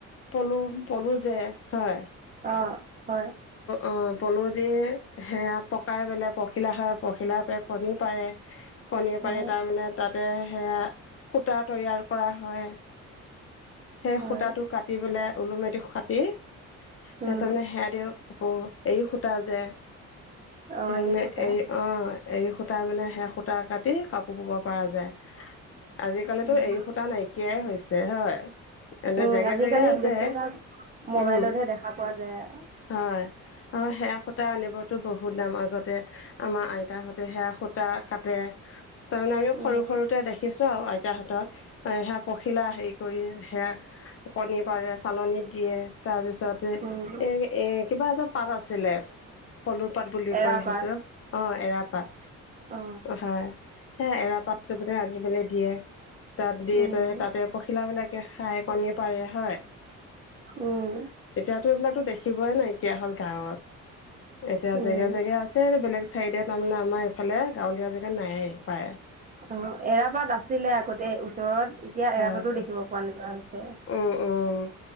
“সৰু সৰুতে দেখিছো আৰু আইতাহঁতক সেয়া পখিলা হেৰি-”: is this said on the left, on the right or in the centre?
Left